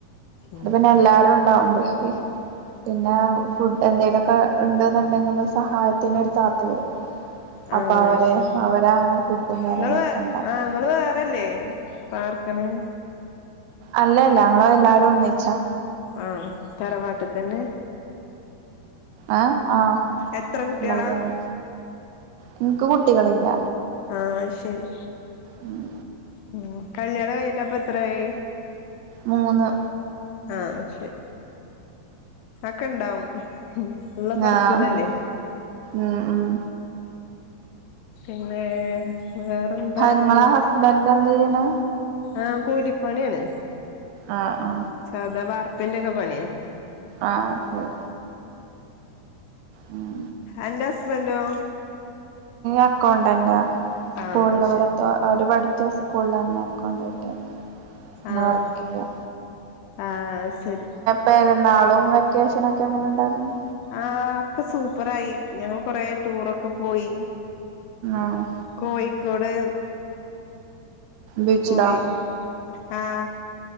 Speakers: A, on the left; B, on the right.
A: ഉം
B: പിന്നെ എല്ലാർക്കും ഉണ്ടാവുമ്പ പിന്നെ ഫുഡ് എന്തേലുമൊക്കെ ഉണ്ട് എന്നുണ്ടെങ്കിൽ സഹായത്തിന് ഒരു താത്ത വരും
A: ആ
B: അപ്പൊ അവര്
A: അത്ശരി,
B: അവരാണ് ഫുഡും കാര്യങ്ങളൊക്കെ
A: നിങ്ങള്
B: ഉണ്ടാക്ക
A: ആ നിങ്ങള് വേറെല്ലേ പാർക്കണേ
B: അല്ലല്ല ഞങ്ങള് എല്ലാരും ഒന്നിച്ചാ
A: ആഹ് തറവാട്ട് തന്നെ
B: ആ, ആ,
A: എത്ര കുട്ടികളാ
B: എല്ലരൊന്നും എനിക്ക് കുട്ടികളില്ല
A: ആ, ശരി,
B: ഉം
A: ഉം കല്യാണം കഴിഞ്ഞിട്ടപ്പ എത്രായി
B: മൂന്ന്
A: ആ ശരി അക്കെ ഇണ്ടാവും ഉ, ഉള്ള പഠിച്ചതല്ലേ
B: ആഹ് ഉം ഉം
A: പിന്നെ വേറെന്താണ്
B: ഇങ്ങളെ ഹസ്ബൻഡ് എന്താ ചെയ്യണ്
A: ആഹ് കൂലിപ്പാണിയാണ്
B: ആഹ് ആ
A: സദാ വാർപ്പിൻ്റെ ഒക്കെ പണിയന്ന്
B: ആഹ് ശരി ഉം
A: അൻ്റെ ഹസ്ബൻറോ
B: അക്കൗണ്ടന്റാ സ്കൂളിലവിടെ
A: ആഹ് ശരി
B: ഒറര് പഠിച്ച സ്കൂളിൽന്നെയ അക്കൗണ്ടൻ്റ അങ്ങനെ
A: ആഹ്
B: വർക്ക് ചെയ്യ
A: ആഹ് ശരി
B: പെരുന്നാളും വെക്കേഷന ഒക്കെ അങ്ങനെ ഉണ്ടായിരുന്നു
A: ആ ഒക്കെ സൂപ്പറായി ഞങ്ങള് കൊറെ ടൂറൊക്കെ പോയി
B: ആഹ്
A: കോഴിക്കോട്
B: ബീച്ചിലോ
A: പോയ് ആഹ്